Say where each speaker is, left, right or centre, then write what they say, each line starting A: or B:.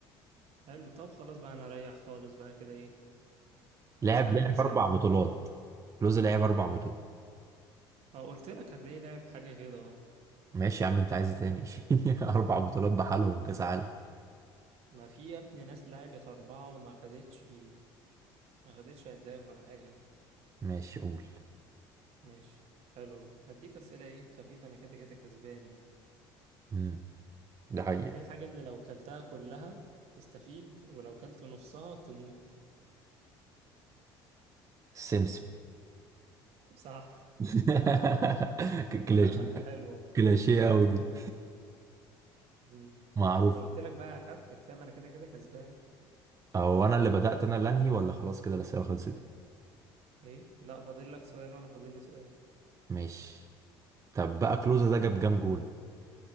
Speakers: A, on the right; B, on the right.
A: حلو طب خلاص بقى أنا أريح خالص بقى كده إيه
B: لعب
A: وأسألك
B: لعب
A: أسئلة
B: أربع بطولات لوز لعب أربع بطولات
A: إيه؟ اه قلت لك هتلاقيه لعب حاجة كده اه
B: ماشي يا عم أنت عايز ايه تاني <laughs> أربع بطولات بحالهم كأس عالم
A: ما في يا ابني ناس لعبت أربعة وما خدتش ما خدتش هداف ولا حاجة يعني
B: ماشي قول
A: ماشي حلو بقى هديك أسئلة ايه خفيفة أنا كده كده كسبان يعني
B: أمم، ده حقيقة
A: ايه الحاجة اللي لو كلتها كلها تستفيد ولو كلت نصها تموت
B: السمسم
A: صح
B: <laughs>
A: <laughs>
B: ك- كلاشيه
A: طب يا عم انت حلو اهو.
B: كلاشيه أوي دي
A: مم.
B: <laughs> معروف
A: انا قلت لك بقى هخفف فاهم انا كده كده كسبان
B: هو أنا اللي بدأت أنا اللي أنهي ولا خلاص كده الأسئلة خلصت
A: ايه لا فاضل لك سؤال وانا فاضل لي سؤال
B: ماشي طب بقى كلوزا ده جاب كام جول